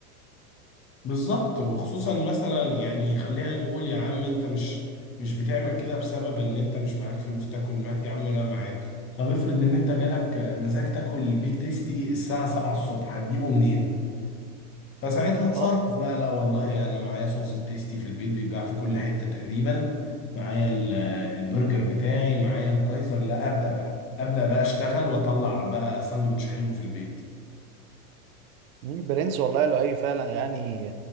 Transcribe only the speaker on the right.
اه
مم، برنس والله لو اي فعلا يعني